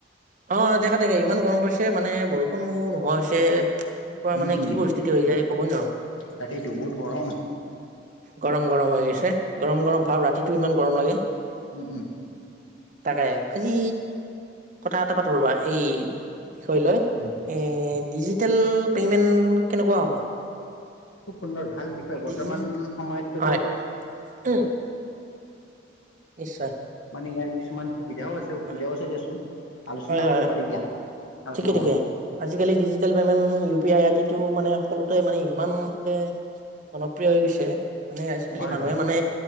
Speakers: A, on the right (about 40°); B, on the left (about 80°).
A: অ অ দেখে দেখে ইমান গৰম পৰিছে মানে বৰষুণো নোহোৱা হৈছে এনেুৱা
B: উম
A: মানে
B: উম তাকেইতো বহুত গৰম
A: গৰম গৰম হৈ গৈছে গৰম গৰম ভাব ৰাতিটো ইমান গৰম লাগে
B: উম উম
A: তাকে আজি কথা এটা পাতো ৰ'বা এই বিষয় লয়
B: উম
A: এ ডিজিটেল পেমেণ্ট কেনেকুৱা হ'ব
B: খুব সুন্দৰ হয় ভাল বিষয়
A: ডিজি
B: বৰ্তমান সময়তো
A: হয় উম, নিশ্চয়
B: মানে ইয়াৰ কিছুমান সুবিধাও আছে অসুবিধাও
A: হয়
B: আছে দিয়াচোন আলোচনা
A: হয় হয় হয়
B: কৰিব পাৰি দিয়া আলোচনা
A: ঠিকে ঠিকে
B: কৰোঁ
A: আজিকালি digital payment U P I ইত্যাদিটো মানে সকলোতে মানে ইমানকে জনপ্ৰিয় হৈ গৈছে মানে আজিকালি
B: হয়
A: মানুহে
B: হয়
A: মানে